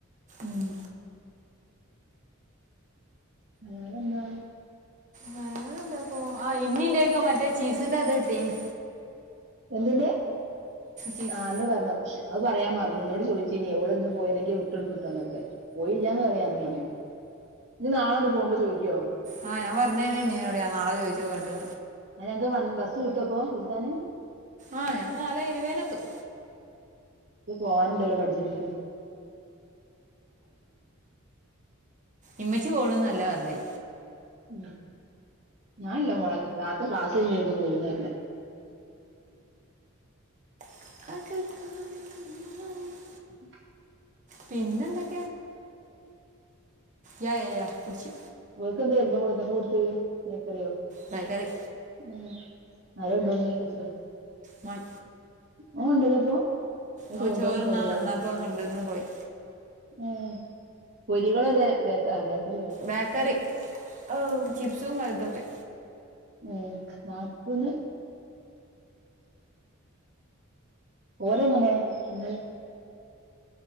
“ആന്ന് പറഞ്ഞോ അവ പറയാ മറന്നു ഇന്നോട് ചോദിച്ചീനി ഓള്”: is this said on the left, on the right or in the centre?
Right